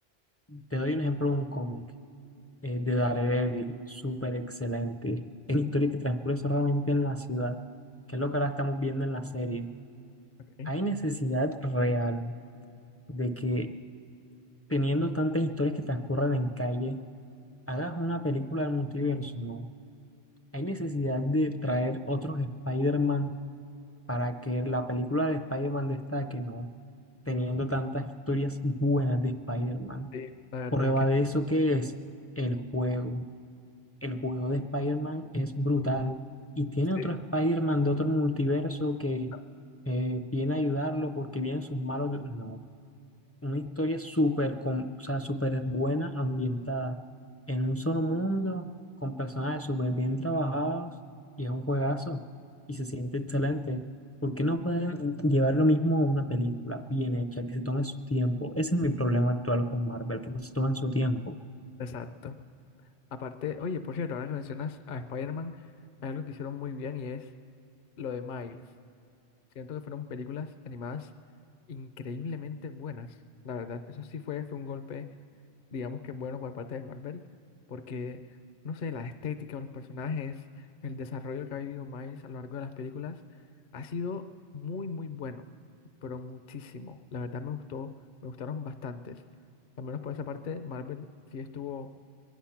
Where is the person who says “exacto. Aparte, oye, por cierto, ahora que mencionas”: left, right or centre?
Left